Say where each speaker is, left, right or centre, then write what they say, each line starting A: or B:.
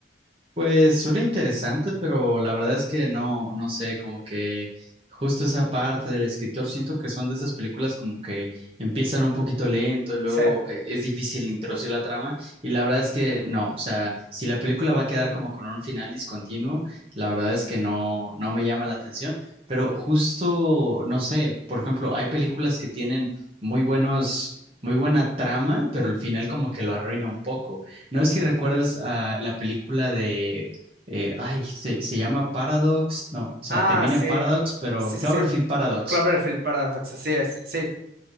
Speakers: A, on the right; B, on the right.
A: Pues suena interesante, pero la verdad es que no, no sé, como que justo esa parte del escritor, siento que son de esas películas como que empiezan un poquito lento y luego
B: Sí.
A: eh, es difícil introducir la trama y la verdad es que no, o sea, si la película va a quedar como con un final discontinuo, la verdad es que no, no me llama la atención, pero justo, no sé, por ejemplo, hay películas que tienen muy buenos, muy buena trama, pero el final como que lo arruina un poco. No sé si recuerdas a la película de. eh, ay, se, se llama Paradox. No, o sea,
B: Ah,
A: termina
B: sí.
A: en Paradox, pero
B: Sí, sí,
A: Cloverfield
B: sí.
A: Paradox.
B: Cloverfield Paradox, así es. Sí,